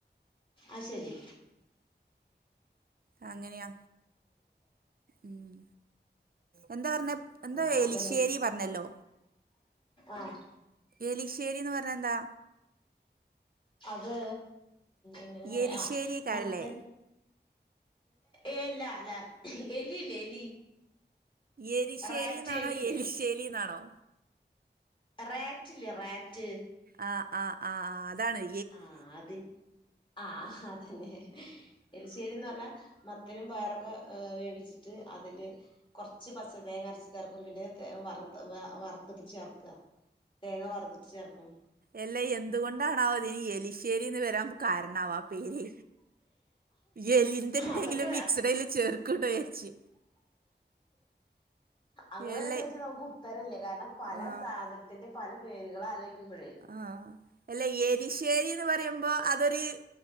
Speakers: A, on the left; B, on the right.
A: അശെരി
B: അങ്ങനെയാ ഉം എന്താ പറഞ്ഞെ എന്താ
A: ആഹ് അതന്നെ
B: എലിശ്ശേരി പറഞ്ഞല്ലോ.
A: ആഹ്
B: എലിശ്ശേരിന്ന് പറഞ്ഞന്താ?
A: അത് എങ്ങനെയ പറയാ
B: എരിശ്ശേരിക്കാരല്ലേ
A: ആഹ് മത്തൻ എല്ലാല്ലെ എലി ഇല്ലേ എലി
B: എരിശ്ശേരിന്നാണോ
A: റാറ്റ് എലില്ലേ
B: എലിശേലിന്നാണോ?
A: റാറ്റില്ല റാറ്റ്
B: ആഹ് ആഹ് ആഹ് ആഹ് അതാണെ.
A: ആഹ് അതി ആഹ് അതന്നെ. എലിശ്ശേരിന്ന് പറഞ്ഞാൽ മത്തനും പയറക്കെ വേവിച്ചിട്ട് അതില് കൊർച്ച് പച്ച തേങ്ങ അരച്ച് ചേർക്കും പിന്നെ തേ വറത്ത വ വറത്തിട്ട് ചേർക്ക. തേങ്ങ വറത്തിട്ട് ചേർക്കും.
B: എല്ലെ എന്തുകൊണ്ടാണാവോ അതിനി എലിശ്ശേരിന്ന് വെരാൻ കാരണ ആഹ് പേര്. എലിന്റെന്തങ്കിലും
A: അതൊക്കെ
B: മിക്സ്ടയില് ചേർക്ക്ണ്ടോ ചര്ച്ച്.
A: അങ്ങനെക്കെ
B: എലൈ
A: ചോദിച്ചാ നമുക്ക് ഉത്തരല്ല കാരണം പല
B: ആഹ്
A: സാധ ത്തിന്റെ പല പേരുകളാലോയിക്കുമ്പഴേ.
B: ആഹ് എല്ല എലിശ്ശേരിന്ന് പറയുമ്പ അതൊര്